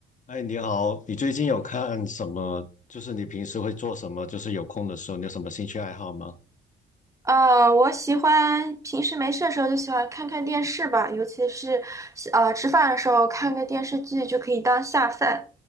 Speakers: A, on the left; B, on the right.
A: 哎，你好，你最近有看什么？就是你平时会做什么？就是有空的时候，你有什么兴趣爱好吗？
B: 呃，我喜欢平时没事的时候就喜欢看看电视吧，尤其是呃吃饭的时候看个电视剧就可以当下饭。